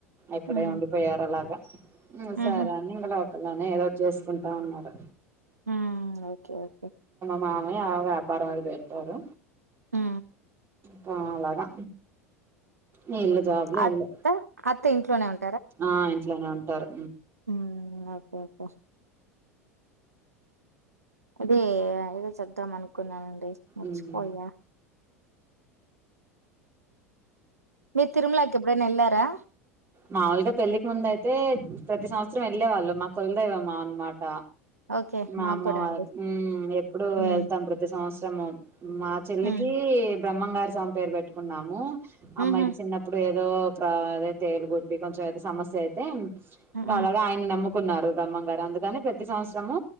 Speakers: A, on the right; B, on the right.
A: ఇక్కడే
B: హ్మ్.
A: ఉండిపోయారు అలాగా మ్
B: హుహు.
A: సరే అని ఇవ్లేద్ ఒక్కదానే ఏదో ఒకట్ చేసుకుంటా ఉన్నారు
B: ఆ ఓకే ఓకే
A: మామ వ్యాపారం అది పెడతారు
B: ఆ
A: కా అలాగా వీళ్ళు జాబ్లు వీళ్ళు
B: అత్త అత్త ఇంట్లోనే ఉం
A: ఆ ఇంట్లోనే ఉంటరు
B: హ్మ్. ఓకే ఓకే అదే ఏదో చెపద్దాం అనుకున్నాను మర్చి
A: ఉమ్
B: పోయ మీరు తిరుమలకి ఎప్పుడైనాఎళ్లారా
A: మాములుగా పెళ్ళికి ముంద అయితే ప్రతి సంవత్సరం వెళ్ళే వాళ్ళు మాకులదైవమ్ అనమాట
B: ఓకే
A: మాఅమ్మ
B: మాకు కూడా
A: వాల్
B: అండి
A: ఎప్పుడు
B: హ్మ్
A: వెళ్తాం ప్రతి సంవత్సరం సమం మా చెల్లికి
B: హ్మ్
A: బ్రహ్మంగారి స్వామి పేరు పెట్టుకున్నాము అమ్మాయికి
B: ఊహూ
A: చిన్నప్పుడే ఏదో రా అదే తేలుగుట్టి కొంచెం ఏదో సమస్య అయితే
B: హ్మ్
A: అలాగా ఆయన నమ్ కున్నారు బ్రహ్మం గారు అందుకని ప్రతి సంవత్సరము